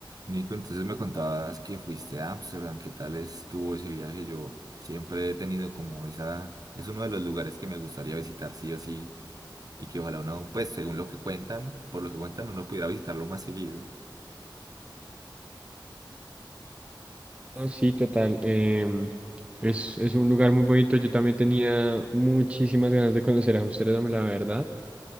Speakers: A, on the right; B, on the right.
A: Nico, entonces me contabas que fuiste a Ámsterdam, ¿qué tal estuvo ese viaje? Yo siempre he tenido como esa, es uno de los lugares que me gustaría visitar sí o sí, y que ojalá uno, pues según lo que cuentan, por lo que cuentan, uno pudiera visitarlo más seguido.
B: No, Sí, total. em, es, es un lugar muy bonito. Yo también tenía muchísimas ganas de conocer Ámsterdam, la verdad.